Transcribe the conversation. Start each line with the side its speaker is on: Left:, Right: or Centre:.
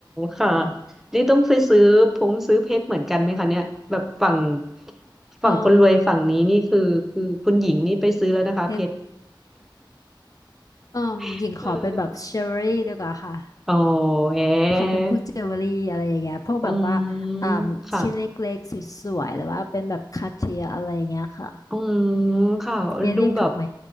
Centre: ค่ะนี่ต้องไปซื้อพงซื้อเพชรเหมือนกันไหมคะเนี่ยแบบฝั่ง
Left: เอ่ม
Centre: ฝั่งคนรวยฝั่งนี้นี่คือคือคุณหญิงนี่ไปซื้อแล้วนะคะเพชร
Left: เผ็ด เอ่อหญิงขอเป็นแบบเจว
Centre: <laughs> เออ
Left: e รี่ดีกว่าค่ะ
Centre: อ๋อแห
Left: ขอเป็นพวกเจว
Centre: ม
Left: e รี่อะไรอย่างเงี้ยพวกแบบว่าอ่า
Centre: อืมค่ะ
Left: ชิ้นเล็กๆสวยๆหรือว่าเป็นแบบคาเทียอะไรอย่างเงี้ยค่ะ
Centre: อืมค่ะดูแบบ
Left: เอะเรียกถูกไหม